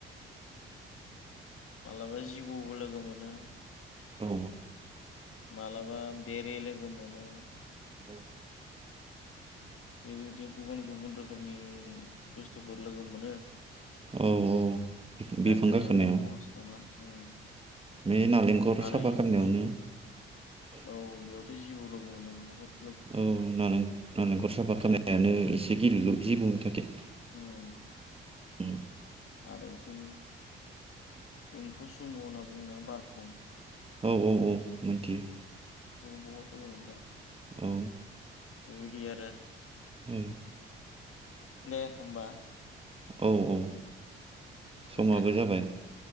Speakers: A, on the left; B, on the right.
A: मालाबा जिबौबो लोगो मोनो
B: औ।
A: मालाबा बेरे लोगो मोनो।
B: औ।
A: बेबायदि गुबुन गुबुन रोखोमनि बुस्थुफोर लोगो मोनो।
B: औ औ बिफां
A: गाखोनायाबो
B: गाखोनोनायाव
A: हहस नङा उम
B: बे नालेंखर
A: आरो
B: साफा
A: एम्फौ
B: खालामनायावनो
A: सु औ बेयावथ' जिबौ लोगो मोनो बुहत
B: औ नालें नालेंखर साफा खालामनायानो एसे गिलु लु जिबौनि थाखाय।
A: ओम।
B: <inaudible>
A: आरो बिथिं एम्फौ सुमु होनना बुंना बारफुं
B: औ औ औ मोनथियो।
A: <unintelligible>
B: औ।
A: ओइदि आरो।
B: ओ
A: दे होमबा।
B: औ औ। समाबो
A: दे
B: जाबाय